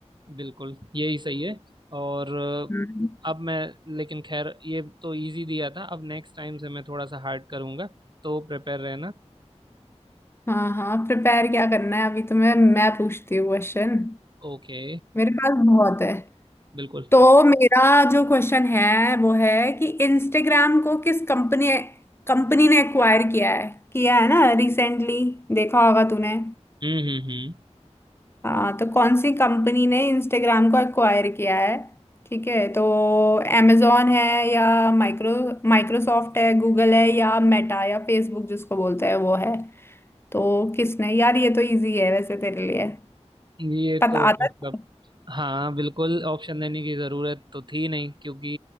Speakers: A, on the right; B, on the left.
A: बिल्कुल यही सही है और अ,
B: हम्म।
A: अब मैं लेकिन खैर ये तो इजी दिया था अब नेक्स्ट टाइम से मैं थोड़ा सा हार्ड करूंगा तो प्रिपेयर रहना
B: हाँ हाँ प्रिपेयर क्या करना है अभी तो मैं मैं पूछती हूँ क्वेश्चन
A: ओके
B: मेरे पास बहुत है
A: बिल्कुल
B: तो मेरा जो क्वेश्चन है वो है कि इंस्टाग्राम को किस कंपनी कंपनी ने एक्वायर किया है किया है ना रिसेंटली देखा होगा तूने
A: हम्म हम्म हम्म
B: हाँ तो कौन सी कंपनी ने इंस्टाग्राम को एक्वायर किया है ठीक है तो amazon है या माइक्रो माइक्रोसॉफ्ट है गूगल है या मेटा या फेसबुक जिसको बोलते हैं वो है तो किसने यार ये तो इजी है वैसे तेरे लिए
A: ये
B: पता
A: तो
B: आता
A: मतलब
B: है?
A: हाँ बिल्कुल ऑप्शन देने की जरूरत तो थी नहीं क्योंकि